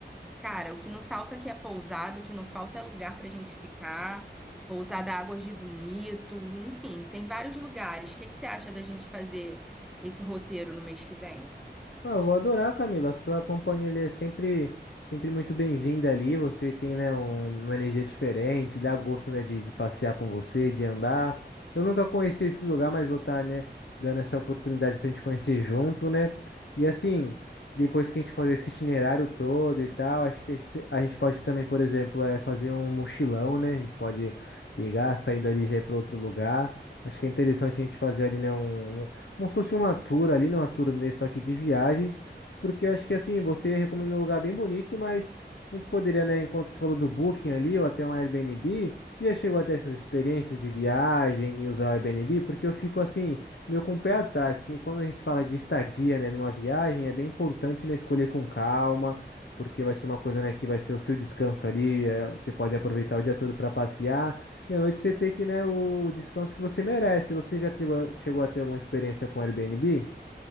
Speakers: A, in the centre; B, on the left.
A: Cara, o que não falta aqui é pousada, o que não falta é lugar pra gente ficar. Pousada Águas de Bonito, enfim, tem vários lugares. O que que você acha da gente fazer esse roteiro no mês que vem?
B: Ah, eu vou adorar, Camila. A sua companhia ali é sempre, sempre muito bem-vinda ali. Você tem, né, um- uma energia diferente, dá gosto, né, de, de passear com você, de andar. Eu nunca conheci esse lugar, mas vou estar, né, dando essa oportunidade pra gente conhecer junto, né? E assim, depois que a gente fazer esse itinerário todo e tal, acho que esse- a gente pode também, por exemplo, é fazer um mochilão, né? A gente pode pegar, sair dali já ir para outro lugar. Acho que é interessante a gente fazer ali, né, um. um como se fosse uma tour ali, né? Uma turnê só que de viagens, porque eu acho que assim, você recomenda um lugar bem bonito, mas a gente poderia, né, enquanto você falou do Booking ali, ou até um Airbnb, você já chegou até essas experiências de viagem e usar o Airbnb? Porque eu fico assim, meio com o pé atrás, porque quando a gente fala de estadia, né, numa viagem, é bem importante, né, escolher com calma porque vai ser uma coisa, né, que vai ser o seu descanso ali, eh, você pode aproveitar o dia todo para passear, e à noite você ter que, né, o descanso que você merece. Você já chegou a chegou a ter alguma experiência com Airbnb?